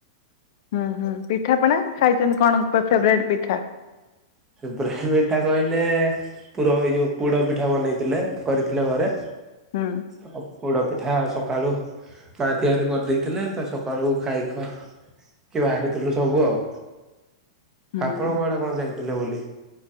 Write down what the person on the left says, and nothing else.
ହୁଁ ହୁଁ ପିଠା ପଣା ଖାଇଛନ୍ତି କଣ ଫେବରଟ ପିଠା?
ହୁଁ।
ହୁଁ